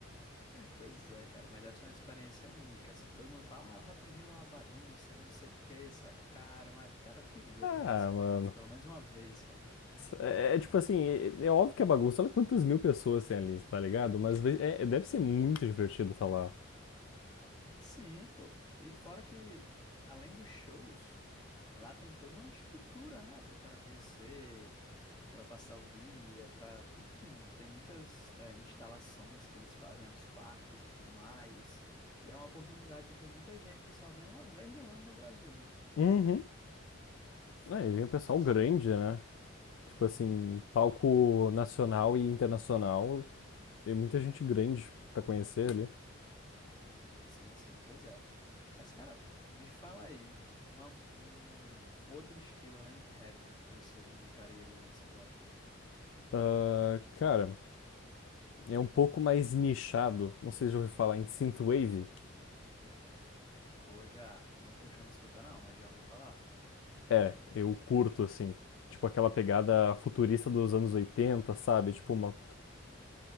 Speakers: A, on the left; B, on the left.
A: Pois é, cara, mas deve ser uma experiência única, assim. Todo mundo fala, ah, o Rock in Rio é uma bagunça e não sei o que, essa cara. Mas, cara, eu queria
B: Ah,
A: viver essa
B: mano.
A: bagunça pelo menos uma vez, cara.
B: É, é tipo assim, é, é óbvio que é bagunça. Olha quantas mil pessoas tem ali, tá ligado? Mas ve- é- é- deve ser muito divertido estar lá.
A: Sim, pô. E fora que, além dos shows. Lá tem toda uma estrutura, né, para o cara conhecer, para passar o dia, para, enfim, tem muitas eh, instalações que eles fazem, né, uns parques e tudo mais. E é uma oportunidade de ver muita gente que só vem uma vez no ano no Brasil, né?
B: Uhum. Aí vem o pessoal
A: Acho
B: grande,
A: que será.
B: né? Tipo assim, palco nacional e internacional. Tem muita gente grande pra conhecer ali.
A: Sim, sim, pois é. Mas, cara, me fala aí uma- um, um outro estilo além de rap que você me indicaria de alguém que você gosta.
B: Ah, cara, é um pouco mais nichado. Não sei se já ouviu falar em synthwave.
A: Ou já, não costumo escutar não, mas já ouvi falar.
B: É, eu curto assim. Tipo aquela pegada futurista dos anos 80, sabe? Tipo uma,